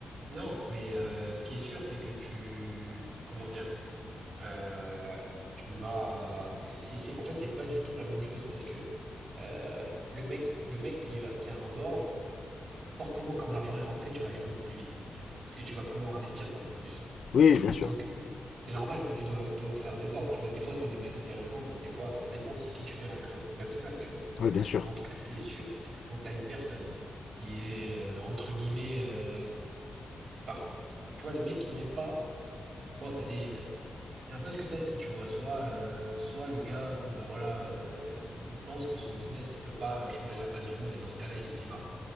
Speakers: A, on the right (about 65°); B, on the left (about 70°).
A: Non, mais euh, ce qui est sûr, c'est que tu, comment dire, euh, tu vas, c'est, c'est, c'est- en fait, c'est pas du tout la même chose parce que euh, le mec, le mec qui va, qui a un board, forcément, comme l'argent est rentré, tu vas aller beaucoup plus vite, tu vois, parce que tu vas pouvoir investir beaucoup plus.
B: Oui, bien sûr.
A: Donc, c'est normal que tu dois, dois faire des boards, tu vois. Des fois, c'est des mecs intéressants, bon, des fois, ça dépend aussi qui tu fais rentrer dans ton capital, tu vois.
B: Oui, bien sûr.
A: Mais en tout cas, ce qui est sûr, c'est que quand t'as une personne qui est euh, entre guillemets, euh, enfin, tu vois, les mecs qui lèvent pas. Bon, t'as des, t'as- c'est un peu ce que t'as dit, tu vois. Soit, euh, soit le gars, bon bah voilà, euh, il pense que son business, il peut pas euh, changer la face du monde, et dans ce cas-là, il se dit, bah,